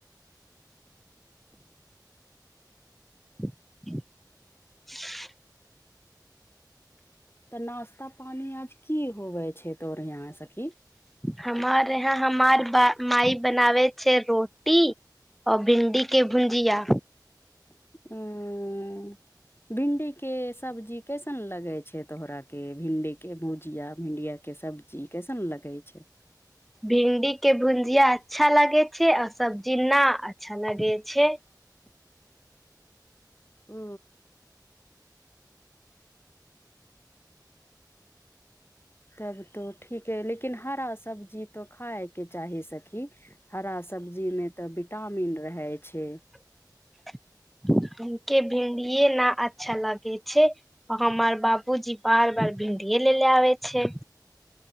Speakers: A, in the centre; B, on the left.
A: <inaudible>
B: तऽ नाास्ता पानी आज की होवे छैय तोर यहाँ सखी?
A: हमर यहाँ हमार माय बनाबै छैय रोटी आ भिन्डीके भुजिया।
B: ह भिंडी के सब्जी कैसन लगै छैय? तोहराके भिंडीके भुजिया भिंडियाके सब्जी कैसन लगे छैय?
A: भिंडीके भुजिया अच्छा लगे छैय आ सब्जी न अच्छा लगे छैय।
B: ओ तब तो ठीक है लेकिन हरा सब्जी तो खायके चाही सखी। हरा सब्जीमे तऽ विटामिन रहै छैय।
A: <inaudible> भिडिए न अच्छा लागे छैय। हमार बाबूजी बार बार भिणडीे लेले आबे छैय।